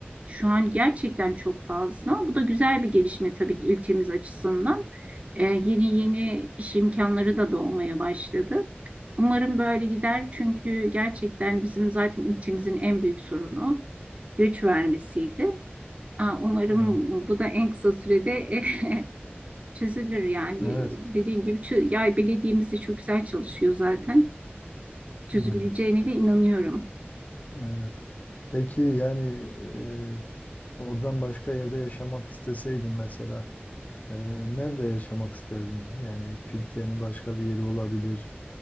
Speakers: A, on the right (about 35°); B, on the left (about 40°).
A: şu an gerçekten çok fazla. Bu da güzel bir gelişme tabii ki ilçemiz açısından. E, yeni yeni iş imkanları da doğmaya başladı. Umarım böyle gider çünkü gerçekten bizim zaten ilçemizin en büyük sorunu. güç vermesiydi. Aa, Umarım
B: Evet.
A: bu da en kısa sürede <laughs> çözülür yani.
B: Evet.
A: Dediğim gibi çö- yay belediyemiz de çok güzel çalışıyor zaten. Çözüleceğine
B: Hmm,
A: de inanıyorum.
B: evet. Peki yani e, Oradan başka yerde yaşamak isteseydin mesela, e, nerede yaşamak isterdin? Yani Türkiye'nin başka bir yeri olabilir,